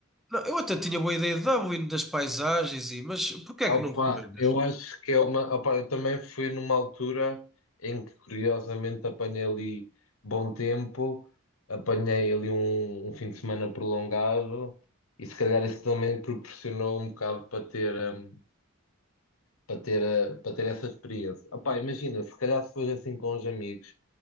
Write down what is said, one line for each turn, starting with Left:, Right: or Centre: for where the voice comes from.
Centre: não, eu até tinha boa ideia de Dublin, das paisagens, e, mas porquê
Left: Opa,
Centre: é que não recomendas?
Left: eu acho que é uma. Opa, eu também fui numa altura em que, curiosamente, apanhei ali bom tempo, apanhei ali um, um fim de semana prolongado e, se calhar, isso também proporcionou um bocado para ter, hum, para ter, eh, para ter essa experiência. Opa, imagina, se calhar, se fosse assim com os amigos,